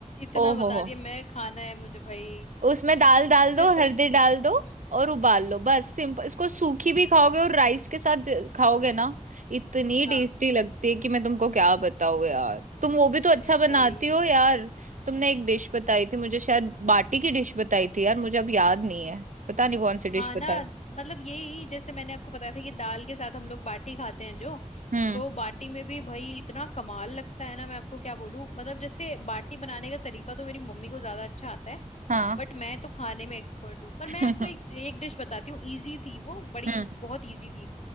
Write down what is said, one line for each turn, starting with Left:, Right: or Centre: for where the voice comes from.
Left: इतना
Right: ओ हो
Left: बता
Right: हो
Left: दिया मैं खाना है मुझे भाई
Right: उसमें दाल डाल
Left: फिर
Right: दो
Left: तो
Right: हल्दी डाल
Left: हम्म
Right: दो और उबाल
Left: हम्म
Right: लो बस सिंपल इसको सूखी भी खाओगे और राइस के साथ ज- खाओगे ना इतनी
Left: हाँ
Right: टेस्टी लगती है कि मैं तुमको क्या बताऊँ यार तुम वो भी तो अच्छा
Left: अरे
Right: बनाती
Left: भाई
Right: हो यार तुमने एक डिश बताई थी मुझे शायद बाटी की डिश बताई थी यार मुझे अब याद नहीं है पता नहीं कौन सी डिश
Left: हाँ
Right: बताई
Left: ना मतलब यही जैसे मैंने आपको बताया था कि दाल के साथ हम लोग बाटी खाते हैं जो
Right: हम्म
Left: तो बाटी में भी भाई इतना कमाल लगता है ना मैं आपको क्या बोलूं मतलब जैसे बाटी बनाने का तरीका तो मेरी मम्मी को ज्यादा अच्छा आता है
Right: हाँ
Left: बट मैं तो खाने में एक्सपर्ट हूँ पर
Right: <laughs>
Left: मैं
Right: हम्म
Left: आपको एक एक डिश बताती हूँ इजी थी वो बड़ी
Right: हम्म
Left: बहुत इजी थी